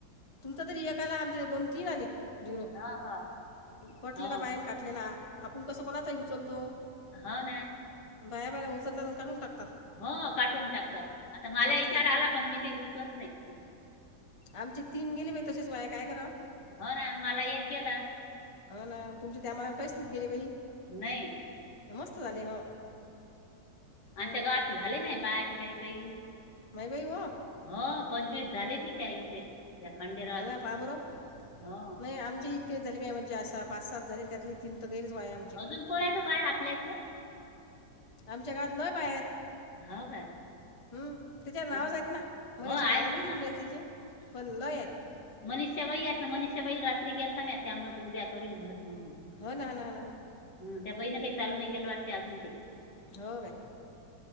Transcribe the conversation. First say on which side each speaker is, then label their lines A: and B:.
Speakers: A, on the left (about 20°); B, on the left (about 75°).
A: तुमचा तर एक आला आमचे दोन तीन आले. झिरो.
B: हा हा
A: कटले
B: हा
A: ना बायन काटले ना आपण कसं कोणाचांही उचलतो.
B: हो ना.
A: बाया बाहेला उचलता काून टाक
B: हो काटून टाकतात आता मला
A: आमचे
B: विचार आला पण मी ते घुसवत नाही
A: आमची तीम गेली म तसेच वाया काय कराव
B: हो ना मला एक गेलं
A: ह ना तुमच्या त्या मलान काहीच नाहीत गेले बाई
B: नाही
A: मस्त झाले हो
B: आणि
A: हां
B: त्या ग आत झाले नाही बाजे
A: माई बाई हो
B: हा पंचवीस झाले मी त्या त्या खंडेरावाचे
A: हो ना पहा बर
B: हो
A: नाही आमचे इतके जलम्या म्हणजे असा पाच सात झाले त्यातले तीन तर गैरच बाया आमचे
B: अजून पोत बाय आपल्या इथल्या
A: आमच्या घातलंय बाय
B: हो का
A: हम्म त्याच्यावर नावच
B: हं.
A: आहेतत ना म्हजे
B: हो आहेत
A: असे नाव नाही
B: ना
A: देऊन राहिले त्याचे पण लय हाईत
B: मनष्य वही आहेत ना मनष्य बही रा म त्या मत उद्या कर म
A: हो ना हो ना हो ना हो ना
B: म त्या बाईन काही चालू नाही केलं वाटत त्या दते
A: हो का